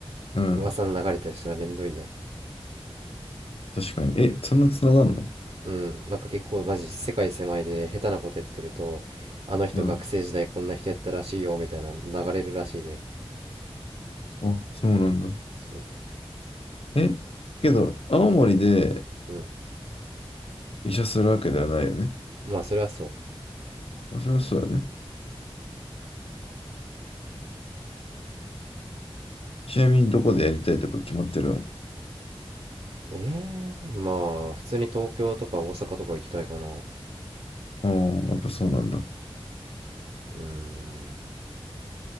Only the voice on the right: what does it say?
噂の流れたりしたらめんどいやん
うんなんか結構マジ世界狭いで下手なことやってるとあの人学生時代こんな人やったらしいよみたいな流れるらしいで
そうそ
ううん
まあそれはそう
ええまあ普通に東京とか大阪とか行きたいかな
うーん